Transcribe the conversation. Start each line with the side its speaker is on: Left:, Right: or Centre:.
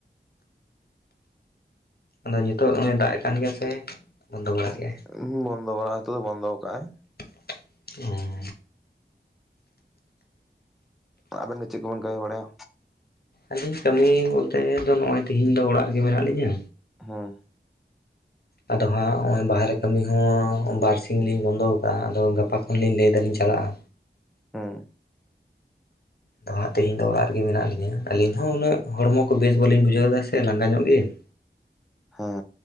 Left: ᱟᱫᱚ ᱱᱤᱛᱚᱜ ᱱᱚᱜᱼᱚᱸᱭ ᱫᱟᱜᱼᱮᱜ ᱠᱟᱱ ᱜᱮᱭᱟ ᱥᱮ ᱵᱚᱱᱫᱚ ᱵᱟᱲᱟ ᱠᱮᱜᱼᱟᱭ
Centre: <unintelligible> ᱵᱚᱱᱫᱚ <unintelligible> ᱛᱚ ᱵᱚᱱᱫᱚᱣ ᱟᱠᱟᱜᱼᱟᱭ ᱾
Left: <inaudible> ᱩᱸᱻ
Centre: ᱟᱵᱮᱱ ᱠᱚ ᱪᱮᱫ ᱠᱚᱵᱮᱱ ᱠᱟᱹᱢᱤ ᱵᱟᱲᱟᱭᱟ?
Left: ᱟᱹᱞᱤᱧ ᱠᱟᱹᱢᱤ ᱵᱚᱞᱛᱮ ᱫᱚ ᱱᱚᱜᱼᱚᱸᱭ ᱛᱤᱦᱤᱧ ᱫᱚ ᱚᱲᱟᱜ ᱨᱮᱜᱮ ᱢᱮᱱᱟᱜ ᱞᱤᱧᱟᱹ
Centre: ᱦᱚᱸ᱾
Left: ᱟᱫᱚ ᱦᱟᱸᱜ ᱦᱚᱜᱼᱚᱸᱭ ᱵᱟᱦᱨᱮ ᱠᱟᱹᱢᱤ ᱦᱚᱸ ᱵᱟᱨᱥᱤᱧ ᱞᱤᱧ ᱵᱚᱱᱫᱚᱣ ᱟᱠᱟᱫᱼᱟ ᱟᱫᱚ ᱜᱟᱯᱟ ᱠᱷᱚᱱᱞᱤᱧ ᱞᱟᱹᱭ ᱫᱟᱹᱞᱤᱧ ᱪᱟᱞᱟᱜᱼᱟ᱾
Centre: ᱦᱩᱸ
Left: ᱫᱚ ᱦᱟᱸᱜ ᱛᱤᱦᱤᱧ ᱫᱚ ᱚᱲᱟᱜ ᱨᱮᱜᱮ ᱢᱮᱱᱟᱜ ᱞᱤᱧᱟᱹ ᱟᱹᱞᱤᱧ ᱦᱚᱸ ᱩᱱᱟᱹᱜ ᱦᱚᱲᱢᱚ ᱠᱚ ᱵᱮᱥ ᱵᱟᱹᱞᱤᱧ ᱵᱩᱡᱷᱟᱹᱣ ᱮᱫᱟ ᱥᱮ᱾ ᱥᱮ ᱞᱟᱸᱜᱟ ᱧᱚᱜ ᱜᱮ ᱾
Centre: ᱦᱮᱸ